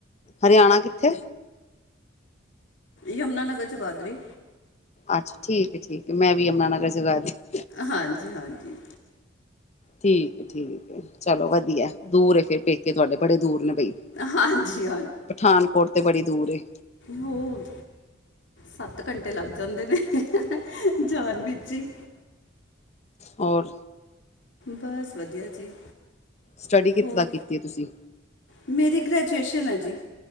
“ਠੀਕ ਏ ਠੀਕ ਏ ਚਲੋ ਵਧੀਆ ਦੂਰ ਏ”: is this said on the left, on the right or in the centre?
Left